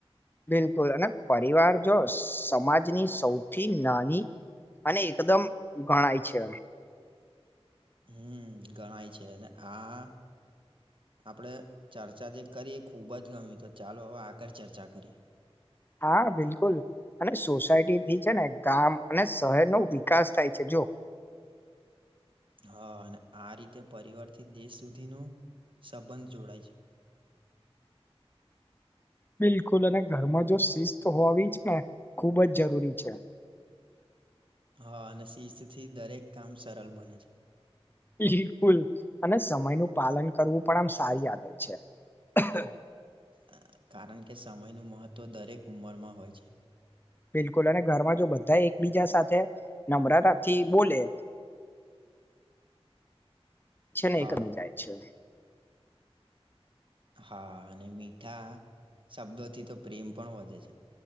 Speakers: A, on the left; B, on the right.
A: બિલકુલ અને પરિવાર જો સમાજની સૌથી નાની અને એકદમ ગણાય છે,
B: હમ ગણાય છે, અને આ આપણેે ચર્ચા જે કરીએ ખૂબ જ ગમ્યું તો ચાલો હવે આગળ ચર્ચા કરીએ.
A: હા બિલકુલ અને સોસાયટીથી છે, ને ગામ અને શહેર નો વિકાસ થાય છે. જો.
B: હા અને આ રીતે પરિવારથી દેશ સુધીનો સંબંધ જોડાય છે.
A: <unintelligible> <inaudible> બિલકુલ અને ઘરમાં જો શિસ્ત હોવી છે, ને ખૂબ જ જરૂરી છે. <unintelligible> <inaudible>
B: હા અને શિષ્ય થી દરેક કામ સરળ બને છે.
A: બિલકુલ અને સમયનું પાલન કરવું પણ આમ સારી આદત છે. હ <inaudible>
B: અ, કારણ કે સમયનું મહત્ત્વ દરેક ઉંમરમાં હોય છે.
A: બિલકુલ અને ઘરમાં જો બધા એકબીજા સાથે નમ્રતાથી બોલે. છે નહી
B: હા
A: એ ક ન જાય છે.
B: હા અને મીઠા શબ્દોથી તો પ્રેમ પણ વધે છે.